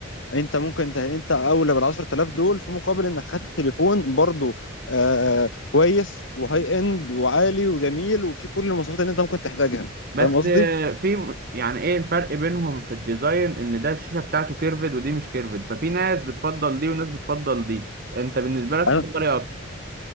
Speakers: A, on the left; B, on the right.
A: انت ممكن انت انت اولى بال 10000 دول في مقابل انك خدت تليفون برضو آه كويس وهاي اند وعالي وجميل وفي كل المواصفات اللي انت ممكن تحتاجها
B: بس
A: فاهم قصدي؟
B: في م- يعني ايه الفرق بينهم في الديزاين ان ده الشاشة بتاعته كيرفد ودي مش كيرفد ففي ناس بتفضل دي وناس بتفضل دي انت بالنسبة لك
A: انا
B: تفضل ايه اكتر